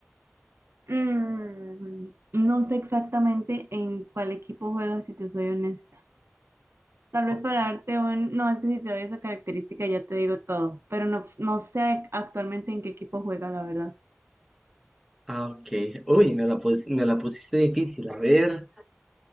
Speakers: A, on the right; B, in the centre.
A: Mm, no sé exactamente en cuál equipo juega, si te soy honesta. Tal vez
B: Ok.
A: para darte un... No, es que si te doy esa característica ya te digo todo, pero no, no sé actualmente en qué equipo juega, la verdad.
B: Ah, ok. Uy, me la, pus- me la pusiste difícil. A ver.